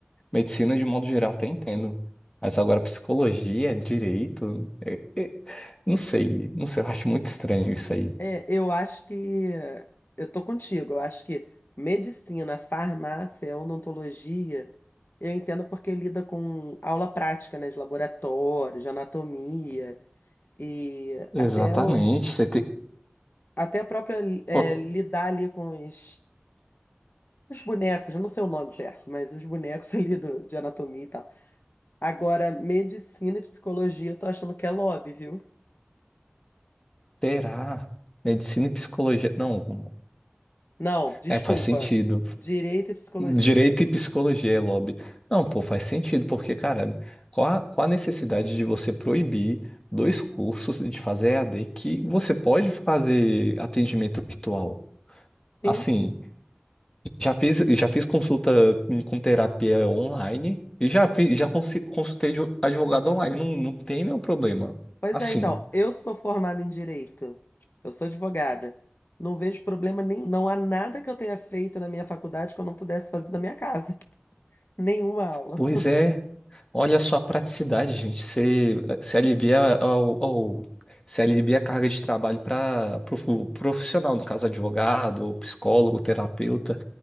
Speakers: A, on the left; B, on the left.
A: medicina de modo geral até entendo. Mas agora psicologia, direito, é- é- não sei, não sei, eu acho muito estranho isso aí.
B: É, eu acho que eh, eu tô contigo. Eu acho que medicina, farmácia, odontologia, eu entendo porque lida com aula prática, né, de laboratório, de anatomia e
A: Exatamente,
B: até o,
A: você te-
B: até a própria é,
A: o-
B: lidar ali com os, os bonecos. Eu não sei o nome certo, mas os bonecos <laughs> ali do, de anatomia e tal. Agora, medicina e psicologia, eu tô achando que é lobby, viu?
A: Terá medicina e psicologia. Não,
B: Não, desculpa.
A: É, faz sentido.
B: Direito e psicologia.
A: Direito e psicologia é lobby. Não, pô, faz sentido, porque, cara, qual a, qual a necessidade de você proibir dois cursos de fazer E a d que você pode fazer atendimento virtual? Assim,
B: Sim.
A: já fiz, já fiz consulta com terapia online e já, fiz, já consi- consultei de advogado online, não, não tem nenhum problema.
B: Pois
A: Assim,
B: é, então, eu sou formada em direito, eu sou advogada. Não vejo problema nenhum, não há nada que eu tenha feito na minha faculdade que eu não pudesse fazer na minha casa. <laughs> Nenhuma aula.
A: pois é. Olha só a praticidade, gente. Você se alivia ao, ao, se alivia a carga de trabalho para o profissional, no caso, advogado, ou psicólogo, terapeuta,